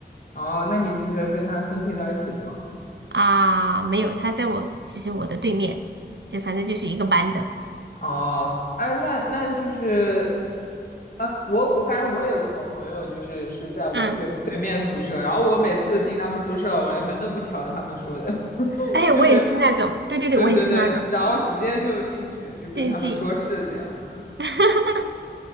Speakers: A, on the left (about 55°); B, on the right (about 85°).
A: 哦，那你就是跟他分配到一起了吗？
B: 啊，没有，她在我就是我的对面，就反正就是一个班的。
A: 哦，哎，那那就是啊，我我感觉我也有个好朋友，就是是在我对对面宿舍，
B: 嗯。
A: 然后我每次进他们宿舍，我连门都不敲，他们说的，<laughs>
B: 哎，
A: 就是
B: 我也是那种，对对对，
A: 对对对，
B: 我也是那种
A: 然后直接就进去，就跟他们说是那样，
B: 竞技，<laughs>